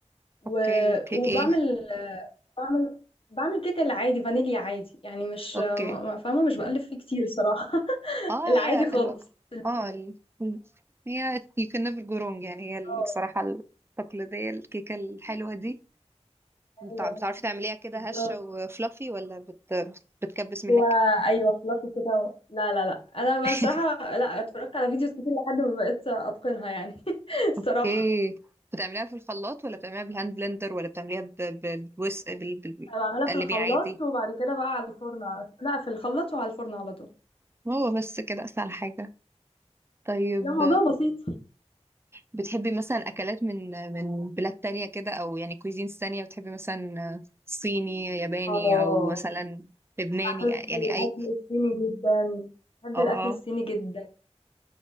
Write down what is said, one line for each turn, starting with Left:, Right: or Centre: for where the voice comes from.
Left: و...
Right: اوكي كيك
Left: وبعمل
Right: ايه
Left: آه، بعمل بعمل كيك العادي فانيليا عادي يعني مش
Right: اوكي
Left: آه، م- م- فاهمه مش بقلب فيه كتير الصراحه <laughs>
Right: اه
Left: العادي
Right: هي
Left: خالص
Right: ال-
Left: البيزك
Right: اه ال- هي you can never go wrong يعني هي الصراحة
Left: اه
Right: التقليدية الكيكة الحلوة دي
Left: ايوه
Right: بتع- بتعرفي تعمليها كده
Left: بالظبط
Right: هشة وفلافي ولا بت... بتكبس منك
Left: هو ايوه فلافي كده و... لا لا لا انا
Right: <laughs>
Left: بصراحه لا اتفرجت على فيديوز كتير لحد ما بقيت اتقنها يعني <laughs> الصراحه
Right: اوكي بتعمليها في الخلاط ولا بتعمليها بالهاند بلندر ولا بتعمليها ب... ب... بوس... بال... بال...
Left: انا بعملها
Right: بتقلبيها
Left: في الخلاط
Right: عادي
Left: وبعد كده بقى على الفرن على طول لا في الخلاط وعلى الفرن على طول
Right: هو بس كده اسهل حاجة طيب
Left: ده موضوع بسيط
Right: بتحبي مثلا أكلات من من بلاد تانية كده أو يعني كويزينز تانية بتحبي مثلا صيني ياباني
Left: اه
Right: أو مثلا لبناني
Left: بحب
Right: يعني
Left: الاكل
Right: أي
Left: الصيني جدا بحب
Right: اه
Left: الاكل الصيني جدا